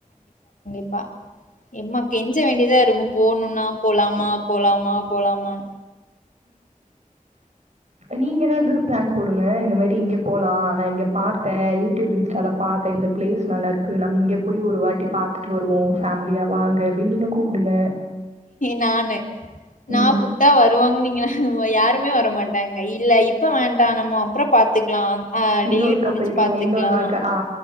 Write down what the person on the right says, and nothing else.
நீங்க எதாவது பிளான் போடுங்க இந்த மாரி இங்க போலா நா இங்க பாத்தே யூடியூப் இன்ஸ்டால பாத்தே இந்த பிளேஸ் நல்லா இருக்கு நம்ம இங்க போய் ஒரு வாட்டி பாத்துட்டு வருவோம் ஃபேமிலியா வாங்க அப்டின்னு நீங்க கூப்டுங்க
ம்.
இன்னொருக்கா
போயிக்கலாம்.
இன்னொரு நாள்க்கா ஆ.